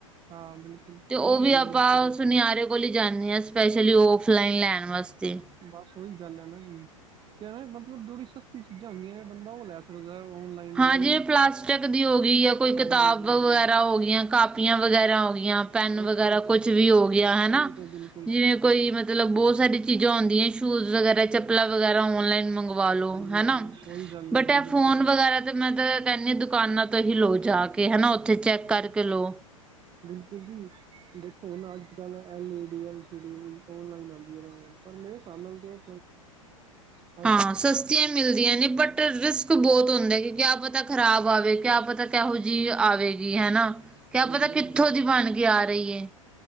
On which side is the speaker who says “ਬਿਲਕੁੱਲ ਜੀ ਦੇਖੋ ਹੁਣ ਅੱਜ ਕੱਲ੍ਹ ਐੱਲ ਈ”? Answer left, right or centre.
Right